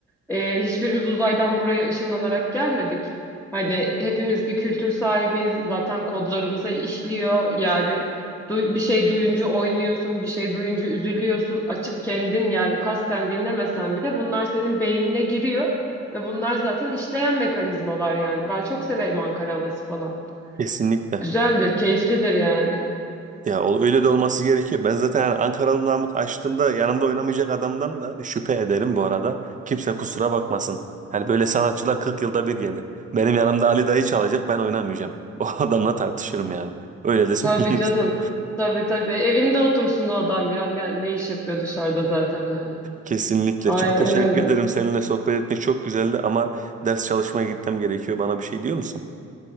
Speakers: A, in the centre; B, on the right (about 25°).
A: Ee, hiçbirimiz uzaydan buraya ışınlanarak gelmedik. Hani hepimiz bir kültür sahibiyiz. Zaten kodlarımıza işliyor. Yani du- bir şey duyunca oynuyorsun, bir şey duyunca üzülüyorsun. Açıp kendin yani kasten dinlemesen bile bunlar senin beynine giriyor. Ve bunlar zaten işleyen mekanizmalar yani. Ben çok severim Ankara havası falan.
B: Kesinlikle.
A: Güzeldir, keyiflidir yani.
B: Ya o- öyle de olması gerekiyor. Ben zaten yani Ankaralı Namık açtığımda yanımda oynamayacak adamdan da şüphe ederim bu arada. Kimse kusura bakmasın. Hani böyle sanatçılar 40 yılda bir gelir. Benim yanımda Ali Dayı çalacak ben oynamayacağım. <laughs> O adamla tartışırım yani. Öyle de söyleyeyim
A: Tabii canım.
B: sana.
A: Tabii tabii. Evinde otursun o adam ya. Ne, ne iş yapıyor dışarıda zaten yani.
B: Kesinlikle.
A: Aynen
B: Çok teşekkür
A: öyle.
B: ederim. Seninle sohbet etmek çok güzeldi ama ders çalışmaya gitmem gerekiyor. Bana bir şey diyor musun?